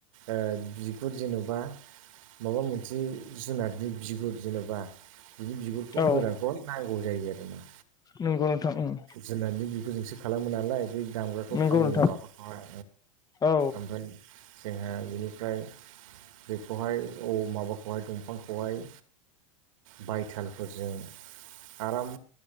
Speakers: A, on the right; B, on the left.
A: ओ बिगुर जेन'बा माबा मोनसे जुनारनि बिगुर जेन'बा बिनि बिगुरखौ
B: औ
A: गोरानखौ नांगौ जायो आरो ना।
B: नंगौ नोंथांं उम।
A: जुनारनि बिगुरजोंसो खालामो नालाय बे दामग्राखौ
B: नंगौ
A: खामनि
B: नोंथां
A: माबाखौहाय।
B: औ
A: ओमफ्राय जोंहा बेनिफ्राय बेखौहाय औ माबाखौहाय दंफांखौहाय बायथालफोरजों आराम